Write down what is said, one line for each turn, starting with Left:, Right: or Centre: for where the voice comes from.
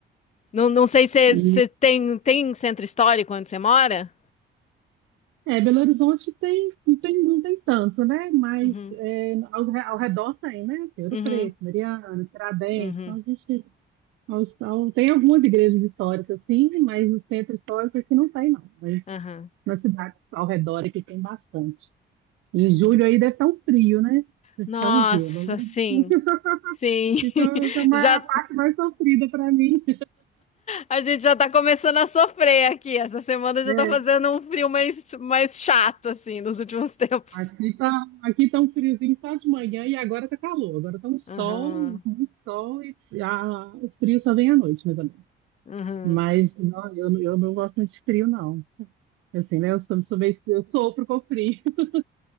Left: Não, não sei se
Right: E,
Left: você tem, tem centro histórico onde você mora?
Right: é, Belo Horizonte tem, não tem, não tem tanto, né? Mas
Left: Uhum,
Right: é, ao, re- ao redor tem, né? Tem Ouro
Left: uhum,
Right: Preto, Mariana, Tiradentes.
Left: uhum,
Right: Então a gente aos- ao- tem algumas igrejas históricas, sim, mas no centro histórico aqui não tem, não.
Left: aham,
Right: nas cidades ao redor aqui tem bastante. Em julho
Left: uhum.
Right: aí deve estar um frio, né? Deve
Left: Nossa,
Right: estar um gelo, né?
Left: sim,
Right: <laughs>
Left: sim.
Right: Isso
Left: <laughs>
Right: é uma-
Left: Já,
Right: a parte mais sofrida para mim.
Left: a gente já tá começando a sofrer aqui. Essa semana já
Right: É,
Left: tá fazendo um frio mais, mais chato, assim, nos últimos <laughs> tempos.
Right: aqui tá, aqui tá um friozinho só de manhã e agora tá calor. Agora tá um sol,
Left: Aham,
Right: muito sol e a- o frio só vem à noite, mais ou menos.
Left: uhum,
Right: Mas não, eu, eu não gosto muito de frio, não. Assim, né? Eu sou, sou meio, eu sofro com frio. <laughs>